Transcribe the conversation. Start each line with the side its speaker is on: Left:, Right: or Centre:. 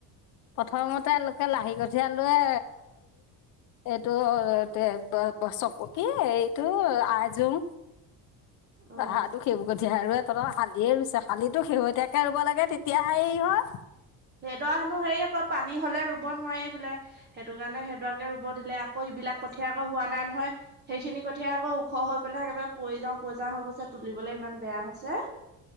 Left: প্ৰথমতে লোকে লাহি কঠিয়ালয়ে এইটো এ চকু কি এইটো আইজোং
Right: অ
Left: বাহাদুৰ এঠ আৰু এ তঁৰ কালিয়ে ৰুইছ কালি শেহতীয়াকে ৰুব লাগে তেতিয়াহে হয়।
Right: সেইডৰা হেনো হেৰি আকৌ পানী হ'লে ৰুব নোৱাৰি বোলে। সেইটো কাৰণে সেইদোৱাকে ৰুব দিলে আকৌ বিলাক কঠিয় আকৌ হোৱা নাই নহয়। সেইখিনি কঠিয় আকৌ ওখ হৈ পেলাই একেবাৰে পৰি যাও পৰি যাও হৈ গৈছে। তুলিবলৈ ইমান বেয়া হৈছে।